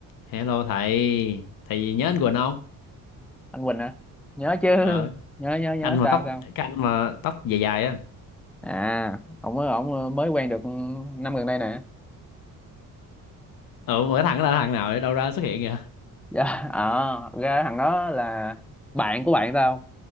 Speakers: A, on the left; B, in the centre.
A: hello thầy thầy nhớ anh Quỳnh không
B: anh Quỳnh hả nhớ chứ
A: ờ
B: nhớ nhớ nhớ
A: anh mà
B: sao
A: tóc
B: sao
A: cái anh mà tóc dài dài á
B: à ông mới ông mới quen được năm gần đây nè
A: ừ mà cái thằng đó là thằng nào ở đâu ra xuất hiện kìa
B: dạ ờ ra thằng đó là bạn của bạn tao